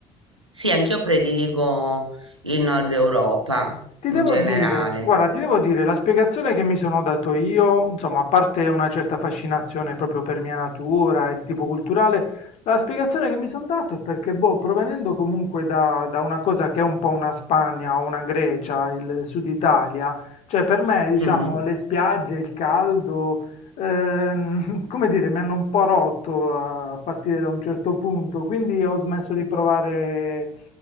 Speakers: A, on the right; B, on the left.
A: sì, anch'io prediligo il nord Europa
B: ti devo
A: in generale.
B: dire, guarda, ti devo dire, la spiegazione che mi sono dato io, insomma, a parte una certa fascinazione proprio per mia natura e di tipo culturale, la spiegazione che mi sono dato è perché, boh, provenendo comunque da, da una cosa che è un po' una Spagna o una Grecia, il Sud Italia, cioè per me, diciamo,
A: Mhm,
B: le spiagge, il caldo, ehm, <laughs> come dire, mi hanno un po' rotto a partire da un certo punto, quindi ho smesso di provare...